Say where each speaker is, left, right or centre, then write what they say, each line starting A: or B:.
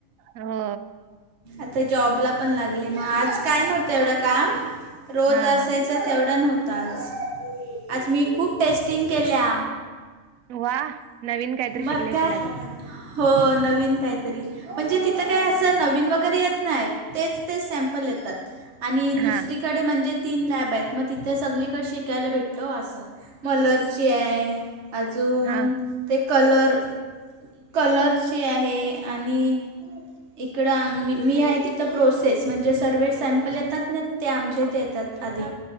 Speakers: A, on the right; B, on the right.
A: हो
B: आता जॉबला पण लागले. मग आज काही नव्हतं एवढं काम- रोज
A: हा
B: असायच
A: हा
B: तेवढ नव्हत. आज. आज मी खूप टेस्टिंग केल्या.
A: वा! नवीन काहीतरी
B: मग
A: शिकली असशील
B: काय
A: अजून.
B: हो. नवीन काहीतरी. म्हणजे तिथं काही असं नवीन वगैरे येत नाही. तेच ते सॅमपल येतात. आणि दुसरीकडे
A: हा
B: म्हणजे तीन लॅब आहेत. मग तिथ- ते सगळीकडे शिकायला भेटतं असं. मलरची आहे अजून-
A: हा
B: ते कलर कलरची आहे आणि- इकडं आम्ही, मी आहे तिथं प्रोसेस म्हणजे सर्व सॅम्पल येतात ना? ते आमच्या इथे
A: हो
B: येतात. आधी.